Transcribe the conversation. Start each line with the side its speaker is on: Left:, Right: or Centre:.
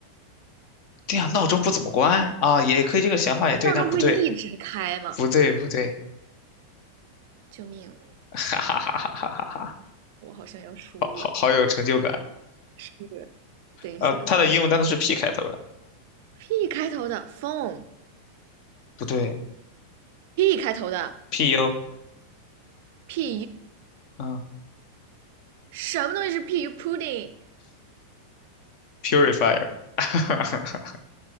Left: 对呀，闹钟不怎么关啊，也可以，这个想法也对，
Right: 闹钟不是一直开吗？
Left: 但不对，不对不对，
Right: 救命，
Left: <laughs> 哈哈哈哈哈哈哈，
Right: 我好像要输了。
Left: 好好好有成就感。
Right: 是，等一下。
Left: 呃，它的英文单词是 P 开头的，
Right: P 开头的 phone，P
Left: 不对
Right: 开头的
Left: ，PU，
Right: pu，
Left: 嗯
Right: 什么东西是 pu pudding？purifier
Left: ，purifier，<laughs>